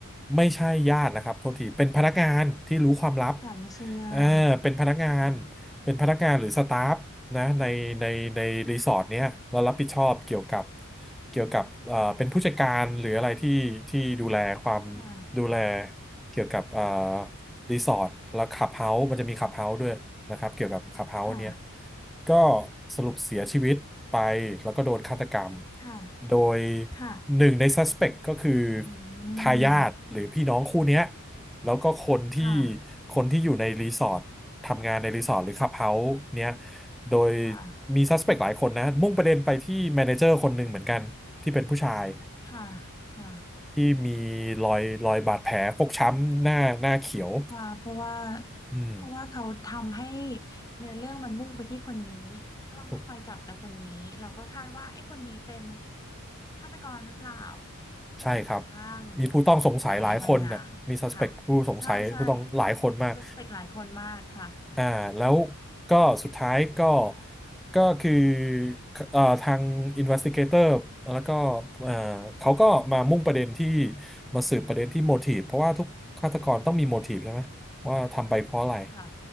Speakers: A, in the centre; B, on the left.
A: ไม่ใช่ญาตินะครับโทษทีเป็นพนักงานที่รู้ความลับ
B: ค่ะไม่ใช่ญาติ
A: เออเป็นพนักงาน
B: ค่ะ
A: เป็นพนักงานหรือสตาฟนะในในในรีสอร์ทเนี้ยเรารับผิดชอบเกี่ยวกับเกี่ยวกับเอ่อเป็นผู้จัดการหรืออะไรที่ที่ดูแลความ
B: ค่ะ
A: ดูแลเกี่ยวกับเอ่อรีสอร์ทแล้วคลับเฮาส์มันจะมีคลับเฮาส์ด้วยนะครับเกี่ยวกับคลับเฮาส์เนี้ย
B: ค่ะ
A: ก็สรุปเสียชีวิตไปแล้วก็โดนฆาตกรรม
B: ค่ะ
A: โดย
B: ค่ะ
A: หนึ่งในซัสเปกก็คือ
B: อืม
A: ทายาทหรือพี่น้องคู่เนี้ยแล้วก็คนที่
B: ค่ะ
A: คนที่อยู่ในรีสอร์ท ทำงานในรีสอร์ทหรือคลับเฮาส์เนี้ยโดย
B: ค่ะ
A: มีซัสเปกหลายคนนะมุ่งประเด็นไปที่แมเนเจอร์คนหนึ่งเหมือนกันที่เป็นผู้ชาย
B: ค่ะค่ะ
A: ที่มีรอยรอยบาดแผลฟกช้ำหน้าหน้าเขียว
B: ค่ะเพราะว่า
A: อืม
B: เพราะว่าเขาทำให้เนื้อเรื่องมันมุ่งไปที่คนนี้กล้องก็คอยจับแต่คนนี้เราก็คาดว่าไอ้คนนี้เป็น
A: ถูก
B: เป็นฆาตกรหรือเปล่า
A: ใช่ครับ
B: จนกระทั่ง
A: มีผู้ต้องสงสัยหลายคนน่ะมีซัสเปกผู้สงสัยผู้ต้องหลายคนมาก
B: เจออะไรบางอย่างค่ะใช่ใช่มีส s เป c t หลายคนมากค่ะ
A: อ่าแล้วก็สุดท้ายก็ก็คือเอ่อทาง investigator แล้วก็เอ่อเขาก็มามุ่งประเด็นที่
B: ค่ะ
A: มาสืบประเด็นที่ motive เพราะว่าทุกฆาตกรต้องมี motive ใช่ไหมว่าทำไปเพราะอะไร
B: ใช่ค่ะ